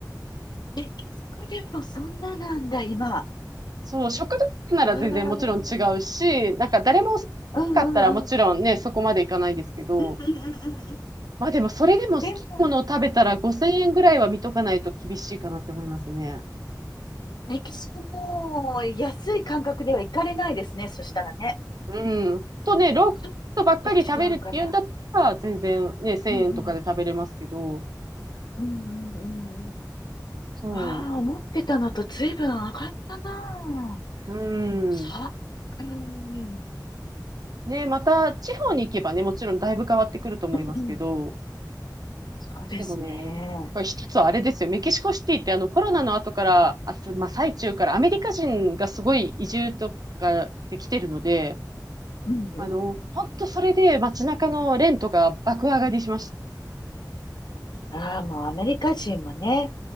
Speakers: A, on the left; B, on the right.
A: メキシコでもそんななんだ、今。
B: そう、食堂なら全然もちろん違うし、
A: うわー。
B: なんか誰も好き
A: うんうんうん。
B: かったらもちろんね、そこまでいかないですけど、
A: うんうんうんうんうん。
B: まあでもそれでも好きなものを食べたら5000円ぐらいは見とかないと厳しいかなって思いますね。
A: でも、メキシコも安い感覚では行かれないですね、そしたらね。
B: うん。とね、ローカルばっかり食べるっていうんだったら全然ね、
A: ちょっと違うかな。
B: 1000円とかで食べれますけど、
A: うんうん。うんうんうんうん。
B: そ
A: わあ、思ってたのと随分上がったなあ。
B: う。う
A: そう。
B: ん。
A: うん。うん
B: ね、また地方に行けばね、もちろんだいぶ変わってくると思いますけど、
A: うん。そうですね。
B: でもね、これ一つはあれですよ。メキシコシティってあのコロナの後から、あつ、まあ、最中からアメリカ人がすごい移住とかできてるので、
A: うんうん。
B: あの、本当それで街中のレントが爆上がりしました。
A: ああ、もうアメリカ人もね、